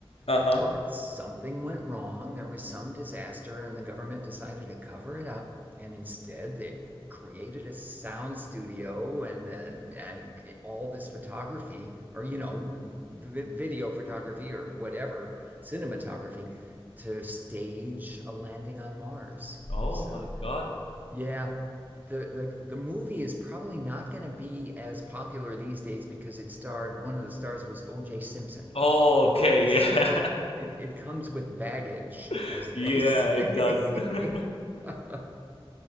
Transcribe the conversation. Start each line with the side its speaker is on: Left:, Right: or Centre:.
Left: Uh huh.
Right: But something went wrong. There was some disaster, and the government decided to cover it up. And instead, they created a sound studio and, uh, and all this photography, or, you know, v video photography or whatever, cinematography to stage a landing on Mars.
Left: Oh
Right: So,
Left: my god.
Right: yeah. The, the the movie is probably not going to be as popular these days because it starred one of the stars was O.J. Simpson.
Left: Oh, okay,
Right: It's
Left: yeah.
Right: so it, it comes with baggage,
Left: <laughs>
Right: as
Left: yeah,
Right: they say.
Left: it does. <laughs>
Right: <laughs>